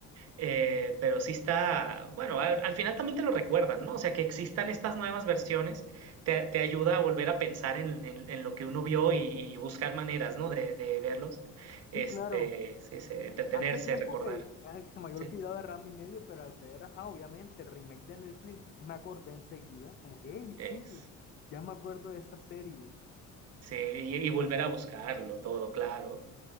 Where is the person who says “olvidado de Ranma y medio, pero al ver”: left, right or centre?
Left